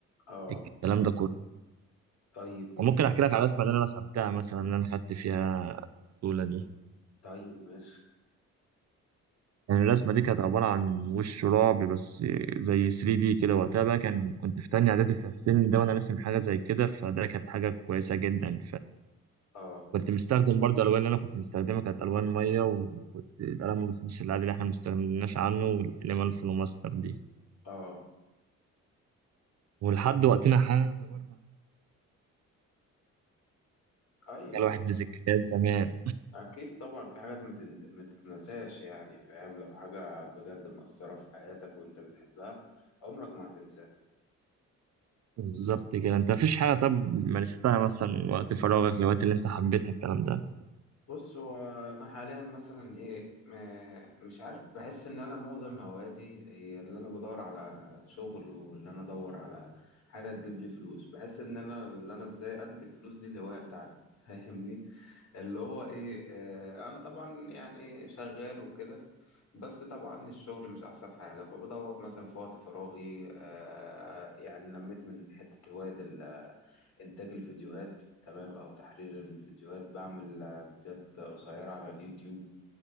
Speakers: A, on the left (about 65°); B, on the right (about 60°).
A: اه
B: الكلام ده كله
A: طيب جميل
B: وممكن احكي لك على الرسمه اللي انا رسمتها مثلا اللي انا خدت فيها البطوله دي
A: طيب ماشي
B: يعني الرسمه دي كانت عباره عن وش رعب بس زي 3 دي كده وقتها بقى كان كنت في تانية اعدادي في السن ده وانا راسم حاجه زي كده فده كانت حاجه كويسه جدا
A: اه
B: فكنت مستخدم برضه الالوان اللي انا كنت مستخدمها كانت الوان ميه وكنت القلم الرصاص العادي اللي احنا ما استغناش عنه والقلم الفلوماستر دي
A: اه
B: ولحد وقتنا هذا برضه
A: ايوه
B: كان الواحد لذكريات زمان
A: أكيد طبعا في حاجات ما تن- ما تتنساش يعني فاهم لو حاجة بجد مأثرة في حياتك وأنت بتحبها عمرك ما هتنساها
B: بالظبط كده انت مفيش حاجة طب مارستها مثلا وقت فراغك الوقت اللي انت حبيتها الكلام ده
A: بص هو أنا حاليا مثلا إيه م- مش عارف بحس إن أنا معظم هواياتي هي اللي أنا بدور على شغل واللي أنا أدور على حاجة تجيب لي فلوس بحس إن أنا اللي أنا إزاي أنتج فلوس دي الهواية بتاعتي <laughs> فاهمني اللي هو ايه آه انا طبعا يعني شغال وكده بس طبعا الشغل مش احسن حاجة فبدور مثلا في وقت فراغي آه يعني نميت من حتة هواية ال- آه، انتاج الفيديوهات تمام او تحرير الفيديوهات بعمل آه، فيديوهات قصيرة على اليوتيوب